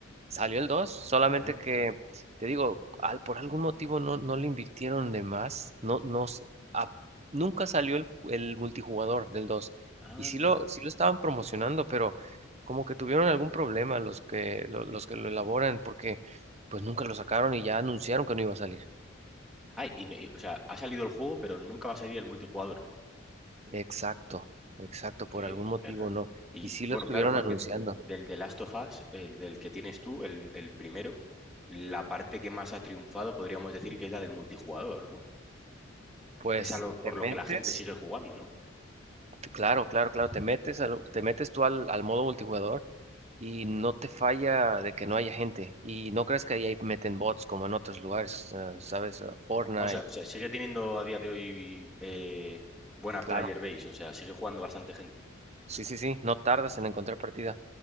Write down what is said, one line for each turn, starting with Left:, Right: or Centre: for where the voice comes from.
Right: Salió el 2 solamente
Centre: Claro.
Right: que, te digo, al- por algún motivo no, no le invirtieron de más. No, no, s- a- nunca salió el, ju- el multijugador del dos
Centre: Anda.
Right: Y sí lo, sí lo estaban promocionando, pero como que tuvieron algún problema los que lo, los que lo elaboran, porque pues nunca lo sacaron y ya anunciaron que no iba a salir.
Centre: Ay, y, no- y- o sea, ha salido el juego, pero nunca va a salir el multijugador.
Right: Exacto, exacto, por
Centre: Qué,
Right: algún motivo
Centre: qué raro.
Right: no.
Centre: Y
Right: Y sí lo
Centre: bueno,
Right: estuvieron
Centre: claro, porque
Right: anunciando.
Centre: del The Last of Us, el del que tienes tú, el, el primero, la parte que más ha triunfado podríamos decir que es la del multijugador, ¿no?
Right: Pues
Centre: Es a lo, por
Right: te metes,
Centre: lo que la gente sigue jugando, ¿no?
Right: claro, claro, claro, te metes, al- te metes tú al al modo multijugador y no te falla de que no haya gente. Y no creas que ahí hay- meten bots como en otros lugares, eh,
Centre: Mm.
Right: ¿sabes? Eh, Fortnite,
Centre: O sea, o sea, sigue teniendo a día de hoy eh, buena
Right: claro.
Centre: player base, o sea, sigue jugando bastante gente.
Right: Sí, sí, sí, no tardas en
Centre: No,
Right: encontrar partida.